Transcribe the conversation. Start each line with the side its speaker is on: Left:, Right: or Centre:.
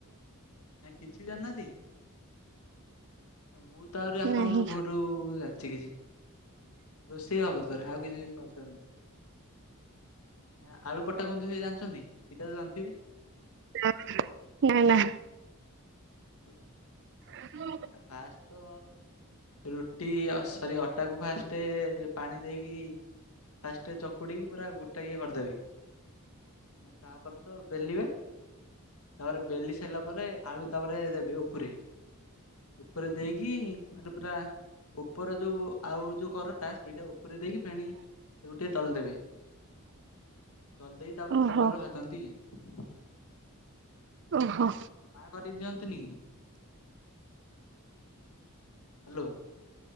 Left: ଆ କିଛି ଜାଣି ନାହାନ୍ତି। ଆ ମୁଁ ତ ଆହୁରି ଆପଣଙ୍କଠୁ
Right: ନାହିଁ
Left: ବହୁଟ ଜାଣିଛି କିଛି। ରୋଷେଇ ବାବଦରେ ଆଉ କିଛି ବାବଦ ରେ ନୁହେଁ <unintelligible> ନା ଆଳୁ ପଟା ଗନ୍ଧ ସେ ଜାଣିଛନ୍ତି ସେଇଟା ତ ଜାଣିଥିବେ <unintelligible>
Right: ଉଁ ହୁଁ ନା ନା <unintelligible>
Left: ଉଁ <unintelligible>
Right: <unintelligible>
Left: ଆଉ ଫାଷ୍ଟ ତ ରୁଟି ଅସରି ଅଟାକୁ ଫାର୍ଷ୍ଟ ଏତେ ପାଣି ଦେଇକି ଫାଷ୍ଟ ଚକୁଡିକି ପୁରା ଗୋଟାଇକା କରିଦେବି ହଁ ତାପରେ ତ ବେଲିବେ। ତାପରେ ବେଲି ସାରିଲା ପରେ ଆଳୁ ତାପରେ ଦେବେ ଉପୁରେ। ଉପରେ ଦେଇକି ମାନେ ପୁରା ଉପର ଯୋଉ ଆଉ ଯୋଉ କର ଫାର୍ଷ୍ଟ ଏଇଟା ଉପରେ ଦେଇକି ଫେଣି ତାକୁ ଟିକେ ଦଳି ଦେବେ <unintelligible> ଦଳି ଦେଇ ତାପରେ
Right: ଓହୋ
Left: ତେଲରେ ଭାଜନ୍ତି। <unintelligible>
Right: ଓହୋ
Left: ମା କତିକି ଦିଅନ୍ତିନି କି? ହାଲୋ